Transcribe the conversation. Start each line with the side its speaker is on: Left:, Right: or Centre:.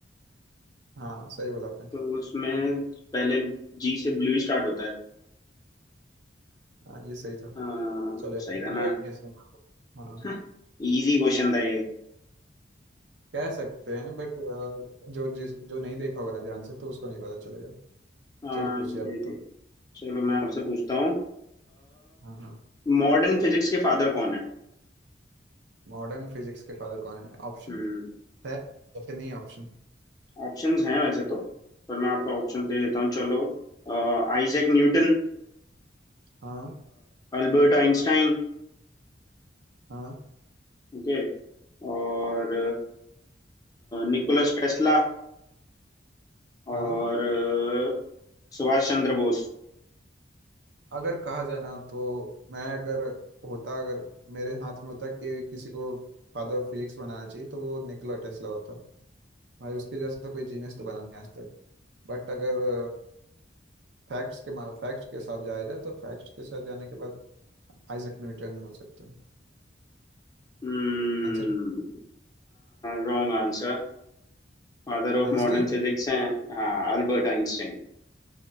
Right: हाँ सही बोला आपने
Left: तो उसमें पहले जी से ब्लू ही स्टार्ट होता है
Right: हाँ ये सही था
Left: हाँ,
Right: चलो
Left: सही था ना
Right: गेस हाँ
Left: <laughs> इजी क्वेश्चन था ये
Right: कह सकते हैं बट जो जिस जो नहीं देखा होगा ना ध्यान से तो उसको नहीं पता चलेगा
Left: हाँ
Right: चलिए पूछिए आप
Left: ये
Right: तो
Left: भी। चलो मैं आपसे पूछता हूँ
Right: हाँ हाँ
Left: मॉडर्न फिजिक्स के फादर कौन है
Right: मॉडर्न फिजिक्स के फादर कौन है ऑप्शन
Left: हम्म
Right: है या फिर नहीं ऑप्शन
Left: ऑप्शंस हैं वैसे तो पर मैं आपको ऑप्शन दे देता हूँ चलो Isaac Newton
Right: हाँ
Left: Albert Einstein
Right: हाँ
Left: Okay और निकोलस टेस्ला
Right: हाँ
Left: और अ, सुभाष चंद्र बोस
Right: अगर कहा जाए ना तो मैं अगर होता अगर मेरे हाथ में होता कि किसी को फादर ऑफ फिजिक्स बनाना चाहिए तो वो निकोला टेस्ला होता भाई उसके जैसा कोई जीनियस तो बना नहीं आज तक बट अगर फैक्ट्स के फैक्ट्स के साथ जाया जाए तो फैक्ट्स के साथ जाने के बाद आइजक न्यूटन ही हो सकते हैं
Left: हम्म
Right: आंसर
Left: Wrong answer Father of
Right: आइंस्टीन
Left: modern physics हैं हाँ अल्बर्ट आइंस्टाइन